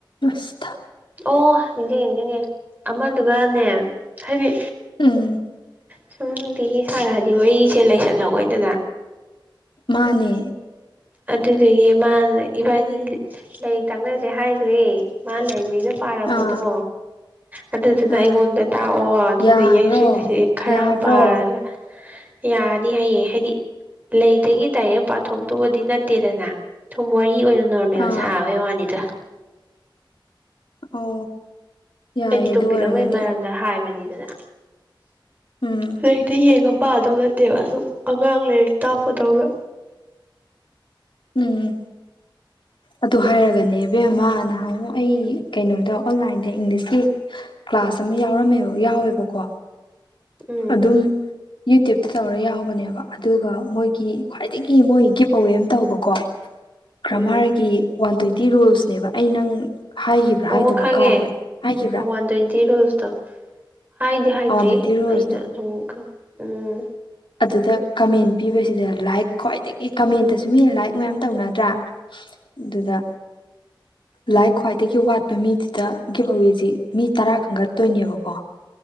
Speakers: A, on the left; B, on the right.
A: ꯑꯁ
B: ꯑꯣ ꯅꯤꯡꯁꯤꯡꯉꯦ ꯅꯤꯡꯁꯤꯡꯉꯦ ꯑꯃꯗꯨꯒꯅꯦ ꯍꯥꯏꯗꯤ
A: ꯎꯝ
B: ꯁꯨꯝ ꯅꯨꯡꯇꯤꯒꯤ ꯁꯥꯔꯗꯤ ꯋꯥꯔꯤꯁꯦ ꯂꯩꯁꯜꯂꯛꯑꯣꯏꯗꯗ
A: ꯃꯥꯅꯦ
B: ꯑꯗꯨꯗꯒꯤ ꯃꯥ ꯏꯕꯥꯅꯤ ꯂꯥꯏꯔꯤꯛ ꯇꯥꯛꯅꯁꯦ ꯍꯥꯏꯈ꯭ꯔꯦ ꯃꯥ ꯂꯩꯃꯤꯅ ꯄꯥꯔꯛꯄꯗꯣ
A: ꯑꯥ
B: ꯑꯗꯨꯗꯨꯅ ꯑꯩꯉꯣꯟꯗ
A: ꯑꯥ
B: ꯇꯥꯛꯑꯣ ꯑꯗꯨꯗꯤ
A: ꯌꯥꯕ꯭ꯔꯣ
B: ꯌꯩꯁꯤꯨꯗ ꯁꯤ ꯈꯔ
A: ꯌꯥꯕ꯭ꯔꯣ
B: ꯄꯥꯔꯒ ꯌꯥꯅꯤ ꯍꯥꯏꯌꯦ ꯍꯥꯏꯗꯤ ꯂꯩꯗꯒꯤ ꯗꯥꯏꯔꯦꯛ ꯄꯥꯊꯣꯛꯇꯨꯕꯗꯤ ꯅꯠꯇꯦꯗꯅ ꯊꯨꯝ ꯋꯥꯔꯤ ꯑꯣꯏꯅ ꯅꯣꯔꯃꯦꯜ
A: ꯑꯥ
B: ꯁꯥꯕꯩ ꯋꯥꯅꯤꯗ
A: ꯑꯣ ꯌꯥꯏꯌꯦ
B: ꯑꯩꯗꯤ ꯇꯣꯄꯤꯛ
A: ꯑꯗꯨ ꯑꯣꯏꯔꯒꯗꯤ
B: ꯑꯃꯒꯤ ꯃꯔꯝꯗ ꯍꯥꯏꯕꯅꯤꯗꯅ
A: ꯎꯝ
B: ꯍꯛꯇ ꯌꯦꯡꯉ ꯄꯥꯗꯧ ꯅꯠꯇꯦꯕ ꯑꯗꯨ ꯑꯉꯥꯡ ꯂꯥꯏꯔꯤꯛ ꯇꯥꯛꯄꯗꯧꯗ
A: ꯎꯝ ꯑꯗꯨ ꯍꯥꯏꯔꯒꯅꯦ ꯏꯕꯦꯝꯃ ꯅꯍꯥꯟꯃꯨꯛ ꯑꯩ ꯀꯩꯅꯣꯗ ꯑꯣꯟꯂꯥꯏꯟꯗ ꯏꯪꯂꯤꯁꯀꯤ ꯀ꯭ꯂꯥꯁ ꯑꯃ ꯌꯥꯎꯔꯝꯃꯦꯕ ꯌꯥꯎꯋꯦꯕꯀꯣ
B: ꯎꯝ
A: ꯑꯗꯨꯝ ꯌꯨꯇ꯭ꯌꯨꯕꯇ ꯇꯧꯔ ꯌꯥꯎꯕꯅꯦꯕ ꯑꯗꯨꯒ ꯃꯣꯏꯒꯤ ꯈ꯭ꯋꯥꯏꯗꯒꯤ ꯃꯣꯏ ꯒꯤꯞ ꯑꯋꯦ ꯑꯃ ꯇꯧꯕꯀꯣ ꯀ꯭ꯔꯃꯥꯔꯒꯤ
B: ꯎꯝ
A: ꯋꯥꯟ ꯇ꯭ꯋꯦꯟꯇꯤ ꯔꯨꯜꯁꯅꯦꯕ ꯑꯩ ꯅꯪ ꯍꯥꯏꯈꯤꯕ꯭ꯔꯥ
B: ꯑꯣ
A: ꯍꯥꯏꯗꯕ꯭ꯔꯥ
B: ꯈꯪꯉꯦ
A: ꯀꯥꯎꯔꯦ ꯍꯥꯏꯈꯤꯕ꯭ꯔꯥ
B: ꯋꯥꯟ ꯇ꯭ꯋꯦꯟꯇꯤ ꯔꯨꯜꯁꯇꯣ ꯍꯥꯏ ꯗꯤ ꯍꯥꯏꯗ꯭ꯔꯤ
A: ꯋꯥꯟ ꯇ꯭ꯋꯦꯟꯇꯤ ꯔꯨꯜꯁꯇꯣ
B: ꯑꯩꯅ ꯑꯗꯨꯝ ꯎꯝ
A: ꯑꯗꯨꯗ ꯀꯃꯦꯟ ꯄꯤꯕꯁꯤꯗ ꯂꯥꯏꯛ ꯈ꯭ꯋꯥꯏꯗꯒꯤ ꯀꯃꯦꯟꯇꯁꯨ ꯃꯤꯅ ꯂꯥꯏꯛ ꯃꯌꯥꯝ ꯇꯧꯅꯗ꯭ꯔꯥ ꯑꯗꯨꯗ
B: ꯎ
A: ꯂꯥꯏ ꯈ꯭ꯋꯥꯏꯗꯒꯤ ꯋꯥꯠꯄ ꯃꯤꯗꯨꯗ ꯒꯤꯐ ꯑꯋꯦꯁꯤ ꯃꯤ ꯇꯔꯥ ꯈꯟꯒꯠꯇꯣꯏꯅꯦꯕꯀꯣ